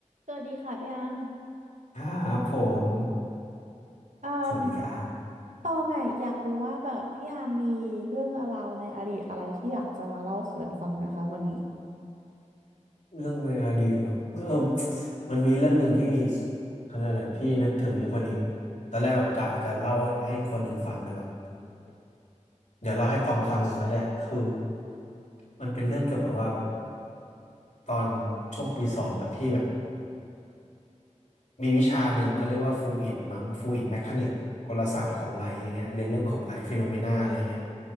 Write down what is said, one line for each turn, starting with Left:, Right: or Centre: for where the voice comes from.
Right: สวัสดีค่ะพี่อาร์ม
Left: ครับผม
Right: เอ่ม
Left: สวัสดีครับ
Right: ตองไงอยากรู้ว่าแบบพี่อาร์มมีเรื่องราวในอดีตอะไรที่อยากจะมาเล่าสู่กันฟังไหมคะวันนี้
Left: เรื่องในอดีตเหรอเออมันมีเรื่องหนึ่งที่เขาเรียกอะไรพี่นึกถึงอยู่พอดีตอนแรกแบบกะจะเล่าให้คนหนึ่งฟังแต่แบบ
Right: อ
Left: เดี๋ยวเล่าให้ตองฟังหนึ่งก็ได้คือมันเป็นเรื่องเกี่ยวกับว่าแบบตอนช่วงปีสองอะพี่แบบมีวิชาหนึ่งเขาเรียกว่าฟลูอิดมั้งฟลูอิดแมคานิกกลศาสตร์ของไหลอย่างเงี้ยเรียนเรื่องของไหลฟีโนเมนาอะไรอย่างเงี้ย